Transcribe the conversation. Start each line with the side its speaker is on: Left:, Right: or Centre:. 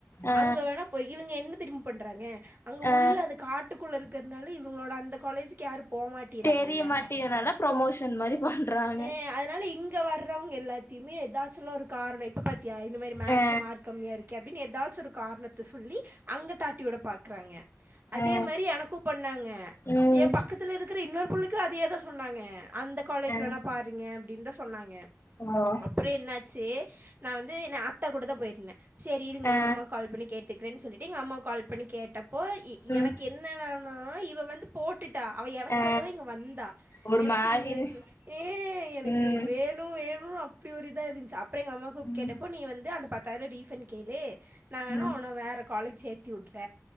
Left: ஆ
Right: அங்க வேணா போ இவிங்க என்ன பண்றாங்கெ அங்க
Left: ஆ
Right: உள்ள அது காட்டுக் குள்ள இருக்கற்னால இவுங்ளோட அந்த காலேஜிக் யாருப் போமாட்டிறாங்கல்ல
Left: தெரிய மாட்டேதுனால ப்ரொமோஷன் மாரி பண்றாங்க
Right: எ அதனால இங்க வர்றவ்ங்க எல்லாத்யுமே எதாத் சுலோ ஒரு காரனேப் ப்ப பாத்யா இந்த மேரி மேக்ஸ்ல
Left: ஆ
Right: மார்க் கம்மியாருக்கேப் பின் எதாச்சு ஒரு கார்ணத்த சொல்லி அங்க தாட் டியோட பாக்றாங்கெ அதே
Left: ஆ
Right: மரி எனக்கு பண்ணாங்க
Left: ம்
Right: ஏ பக்கத்துல இருக்குற இன்னொரு புள்ளைக்கு அதியே தா சொன்னாங்க அந்த காலேஜ்
Left: ஆ
Right: வேணா பாருங்கெ அப்டின் தா சொன்னாங்கெ
Left: ஓ
Right: அப்புற என்னாச்சி நா வந்து என்ன ஆத்தா கூட தா போயிர்ந்த செரி இருங்கெ
Left: ஆ
Right: அம்மாக் கால் பண்ணி கேட் டிக்ரன் சொல்லிட்டு எங் அம்மாவ் கால் பண்ணி கேட்டப்போ இ
Left: ம்
Right: எனக்கு என்னனான் நா இவ வந்து போட் டுட்டா அவ எனக்காக
Left: ஆ
Right: தா இங்க வந்தா
Left: ஒரு
Right: எனக்கி
Left: மாரி
Right: எனக்கு
Left: இரு
Right: ஏ எனக்கு
Left: ம்
Right: இவ்வேணு வேண் ஊ அப்டி ஒரு இதா இருன்ச்சி அப் ப்ரே எங்க அம்மாக்குப் கேட்டப்போ
Left: ம்
Right: நீ வந்து அந்த பத் தைரோ டீஃபன் கேளு நா வேணு
Left: ம்
Right: ஒன்ன வேறக் காலேஜ் சேத் தியூட்ல